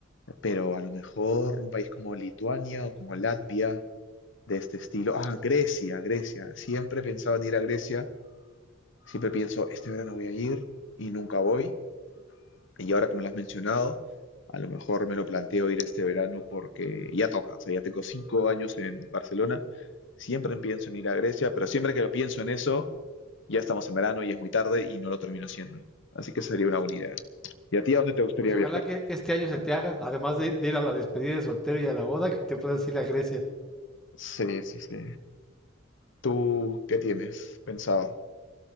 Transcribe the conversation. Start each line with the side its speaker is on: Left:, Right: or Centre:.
Left: pero a lo mejor un país como Lituania o como Latvia de este estilo. Ah, Grecia, Grecia. Siempre he pensado en ir a Grecia, siempre pienso, este verano voy a ir y nunca voy. Y ahora que me lo has mencionado, a lo mejor me lo planteo ir este verano porque ya toca. O sea, ya tengo cinco años en Barcelona. Siempre pienso en ir a Grecia, pero siempre que lo pienso en eso, ya estamos en verano y es muy tarde y no lo termino haciendo. Así que sería una buena idea. ¿Y a ti a dónde te gustaría
Centre: Pues ojalá
Left: viajar?
Centre: que, que este año se te haga, además de, de ir a la despedida de soltero y a la boda, que te puedas ir a Grecia.
Left: Sí, sí, sí. ¿Tú qué tienes pensado?